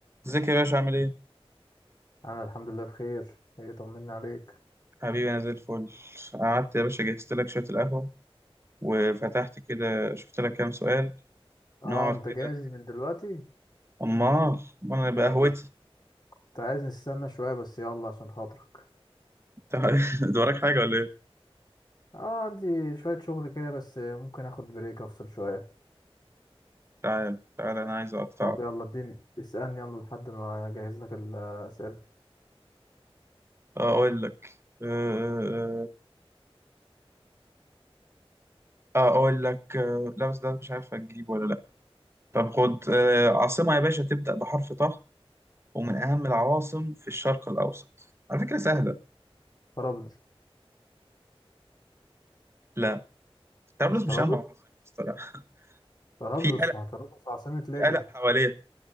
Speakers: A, on the right (about 25°); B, on the left (about 45°).
A: ازيك يا باشا عامل ايه؟
B: انا الحمد لله بخير ايه طمني عليك
A: حبيبي انا زي الفل قعدت يا باشا جهزت لك شوية القهوة وفتحت كده شفت لك كام سؤال
B: اه
A: نقعد
B: انت
A: كده
B: جاهز من دلوقتي
A: امال امال انا بقهوتي
B: انا كنت عايز نستنى شويه بس يلا عشان خاطرك
A: تعال <laughs> ده وراك حاجة ولا ايه؟
B: اه عندي شويه شغل كده بس ممكن اخد بريك افصل شويه
A: تعال تعال انا عايز اقطعك
B: طب يلا اديني اسالني يلا لحد ما اجهز لك الاسئله
A: آه، اقول لك آه، آه، آه، آه، اقول لك آه، لا بس ده مش عارف هتجيب ولا لا طب خد آه، عاصمة يا باشا تبدأ بحرف طه ومن اهم العواصم في الشرق الاوسط على فكرة سهلة
B: طرابلس
A: لا طرابلس
B: مش طرابلس
A: مش اهم عاصمة بس طلع. <laughs>
B: طرابلس
A: في قلق
B: ما هو طرابلس عاصمه ليبيا
A: في قلق حواليها